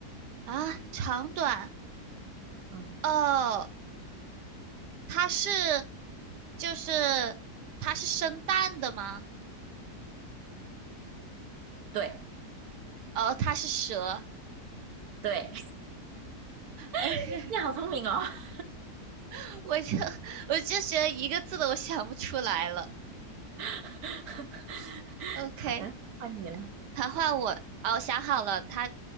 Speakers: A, on the right; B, on the right.
A: 啊，长短
B: 嗯，
A: 哦，它是就是它是生蛋的吗？
B: 对
A: 哦，它是蛇。
B: 对，
A: OK，
B: <laughs> 你好聪明哦。<laughs>
A: <laughs> 我就我就觉得一个字的我想不出来了。
B: <laughs>
A: OK，
B: 好的，换你了。
A: 它换我，哦，我想好了，它